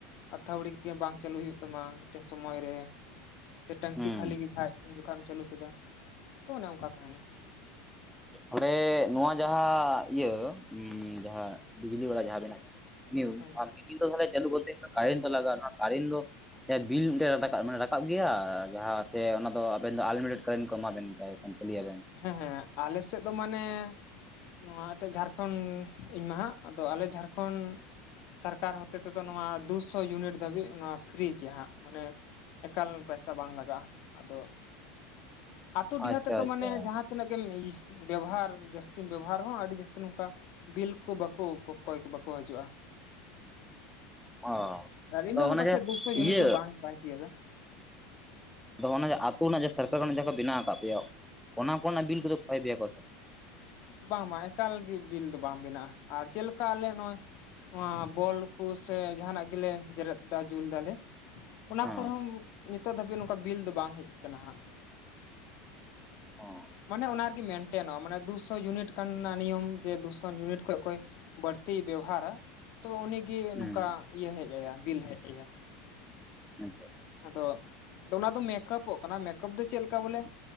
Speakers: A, on the left (about 55°); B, in the centre.
A: ᱟᱛᱷᱟᱲᱤ ᱜᱮ ᱵᱟᱝ ᱪᱟᱹᱞᱩ ᱦᱩᱭᱩᱜ ᱛᱟᱢᱟ ᱢᱤᱫᱴᱮᱱ ᱥᱚᱢᱳᱭ ᱨᱮ, ᱥᱮ ᱴᱮᱝᱠᱤ
B: ᱦᱩᱸ
A: ᱠᱷᱟᱹᱞᱤ ᱜᱮᱠᱷᱟᱡ ᱩᱱ ᱡᱚᱠᱷᱟ ᱮᱢ ᱪᱟᱹᱞᱩ ᱠᱮᱫᱟ, ᱛᱚ ᱚᱱᱮ ᱚᱱᱠᱟ ᱛᱟᱦᱮᱱᱟ᱾
B: ᱚᱰᱮ ᱱᱚᱣᱟ ᱡᱟᱦᱟᱸ ᱤᱭᱟᱹ ᱩᱢ ᱡᱟᱦᱟᱸ ᱵᱤᱡᱽᱞᱤ ᱵᱟᱞᱟ ᱡᱟᱦᱟᱸ ᱵᱮᱱ ᱟᱡ ᱤᱱ ᱭᱩ
A: ᱦᱮᱸ
B: ᱯᱟᱨ ᱢᱤᱥᱤᱱ ᱫᱚ ᱛᱟᱦᱚᱞᱮ ᱪᱟᱞᱩ ᱠᱚᱨᱛᱮ ᱜᱮᱞᱮ, ᱛᱚ ᱠᱟᱨᱮᱱ ᱫᱚ ᱞᱟᱜᱟᱜ-ᱟ ᱱᱚᱣᱟ ᱠᱟᱨᱮᱱ ᱫᱚᱼᱼ ᱡᱟᱦᱟᱸ ᱵᱤᱞ ᱢᱤᱫᱴᱮᱱ ᱨᱟᱠᱟᱵ ᱢᱟᱱᱮ ᱨᱟᱠᱟᱵ ᱜᱮᱭᱟ ᱡᱟᱦᱟᱸ ᱥᱮ ᱚᱱᱟ ᱫᱚ ᱟᱵᱮᱱ ᱫᱚ ᱟᱱᱞᱤᱢᱤᱴᱮᱰ ᱠᱟᱨᱮᱱ ᱠᱚ ᱮᱢᱟ ᱵᱮᱱ ᱜᱮᱭᱟ ᱮ ᱠᱷᱟᱱ᱾ ᱞᱟᱹᱭᱟ ᱵᱮᱱ᱾
A: ᱦᱮᱸ ᱦᱮᱸ ᱟᱞᱮ ᱥᱮᱜ ᱫᱚ ᱢᱟᱱᱮᱼᱼ ᱱᱚᱣᱟ ᱮᱛᱮᱜ ᱡᱷᱟᱨᱠᱚᱸᱰ ᱤᱧ ᱢᱟ ᱦᱟᱸᱜ, ᱟᱫᱚ ᱟᱞᱮ ᱡᱷᱟᱨᱠᱚᱱᱰ ᱥᱟᱨᱠᱟᱨ ᱦᱚᱛᱮ ᱛᱮᱫᱚ, ᱱᱚᱣᱟ ᱫᱩ ᱥᱚ ᱭᱩᱱᱤᱴ ᱫᱷᱟᱹᱵᱤᱡ ᱚᱵᱟ ᱯᱷᱨᱤ ᱜᱮᱭᱟ ᱦᱟᱸᱜ ᱢᱟᱱᱮᱼᱼ ᱮᱠᱟᱞ ᱯᱟᱭᱥᱟ ᱵᱟᱝ ᱞᱟᱜᱟᱜ-ᱟ ᱟᱫᱚᱼᱼ ᱟᱛᱩ ᱰᱤᱦᱟᱹᱛ
B: ᱟᱪᱪᱷᱟ
A: ᱨᱮᱫᱚ
B: ᱟᱪᱪᱷᱟ
A: ᱢᱟᱱᱮ ᱡᱟᱦᱟᱸ ᱛᱤᱱᱟᱹᱜ ᱜᱮᱢ ᱤᱭᱟᱹ ᱵᱮᱵᱽᱦᱟᱨ, ᱡᱟᱹᱥᱛᱤᱢ ᱵᱮᱵᱽᱦᱟᱨ ᱦᱚᱸ ᱟᱹᱰᱤ ᱡᱟᱹᱥ ᱱᱚᱝᱠᱟ ᱵᱤᱞ ᱠᱚ ᱵᱟᱠᱚ ᱠᱚᱠᱚᱭ ᱠᱚ ᱵᱟᱠᱚ ᱦᱟᱹᱡᱩᱜ-ᱟ᱾
B: ᱚ
A: ᱟᱨ
B: ᱟᱫᱚ
A: ᱤᱱᱟᱹᱜ ᱦᱚᱸ
B: ᱚᱱᱮ
A: ᱯᱟᱥᱮᱜ
B: ᱡᱮ
A: ᱫᱩ ᱥᱚ ᱭᱩᱱᱤᱴ
B: ᱤᱭᱟᱹ
A: ᱵᱟᱝ ᱵᱟᱭ ᱛᱤᱭᱟᱹᱜᱟ᱾
B: ᱟᱫᱚ ᱚᱱᱮ ᱡᱮ ᱟᱛᱳ ᱨᱮᱱᱟᱜ ᱡᱮ ᱥᱚᱨᱠᱟᱨ ᱠᱷᱚᱱᱟᱜ ᱡᱟᱦᱟᱸ ᱠᱚ ᱵᱮᱱᱟᱣ ᱟᱠᱟᱜ ᱯᱮᱭᱟ, ᱚᱱᱟ ᱠᱚᱨᱮ ᱱᱟᱜ ᱵᱤᱞ ᱠᱚᱫᱚ ᱠᱷᱚᱭ ᱯᱮᱭᱟ ᱠᱚ ᱥᱮ ᱵᱟᱝ?
A: ᱵᱟᱝ ᱵᱟᱝ ᱮᱠᱟᱞ ᱜᱤ ᱵᱤᱞ ᱫᱚ ᱵᱟᱝ ᱵᱮᱱᱟᱜ-ᱟ, ᱟᱨ ᱪᱮᱜ ᱞᱮᱠᱟ ᱟᱞᱮ ᱱᱚᱜ-ᱚᱭᱼᱼ ᱱᱚᱣᱟ ᱵᱚᱞ ᱠᱩ ᱥᱮ ᱡᱟᱦᱟᱸ ᱱᱟᱜ ᱜᱮᱞᱮ ᱡᱮᱨᱮᱫ ᱫᱟ ᱡᱩᱞ ᱫᱟᱞᱮᱼᱼ ᱚᱱᱟ
B: ᱦᱮᱸ
A: ᱠᱚᱨᱮ ᱦᱚᱸ, ᱱᱤᱛᱚᱜ ᱫᱷᱟᱹᱵᱤᱡ ᱱᱚᱝᱠᱟ ᱵᱤᱞ ᱫᱚ ᱵᱟᱝ ᱦᱮᱡ ᱠᱟᱱᱟ ᱦᱟᱸᱜ᱾
B: ᱚ
A: ᱢᱟᱱᱮ ᱚᱱᱟ ᱨᱮᱜᱮ ᱢᱮᱱᱴᱮᱱᱚᱜ-ᱟ ᱢᱟᱱᱮ, ᱫᱩ ᱥᱚ ᱭᱩᱱᱤᱴ ᱠᱟᱱᱟ ᱱᱤᱭᱚᱢ ᱡᱮ ᱫᱩ ᱥᱚ ᱭᱩᱱᱤᱴ ᱠᱷᱚᱡ ᱠᱚᱭᱼᱼ ᱵᱟᱹᱲᱛᱤᱭ ᱵᱮᱣᱦᱟᱨᱟ, ᱛᱚ ᱩᱱᱤᱼᱼ ᱜᱤ
B: ᱦᱩᱸ
A: ᱱᱚᱝᱠᱟ ᱤᱭᱟᱹ ᱦᱮᱡ ᱟᱭᱟ, ᱵᱤᱞ ᱦᱮᱡ ᱟᱭᱟ
B: ᱟᱪᱪᱷᱟ
A: ᱟᱫᱚᱼᱼ ᱫᱚ ᱚᱱᱟ ᱫᱚ ᱢᱮᱠᱚᱯᱚᱜ ᱠᱟᱱᱟ, ᱢᱮᱠᱚᱯ ᱫᱚ ᱪᱮᱜ ᱞᱮᱠᱟ ᱵᱚᱞᱮ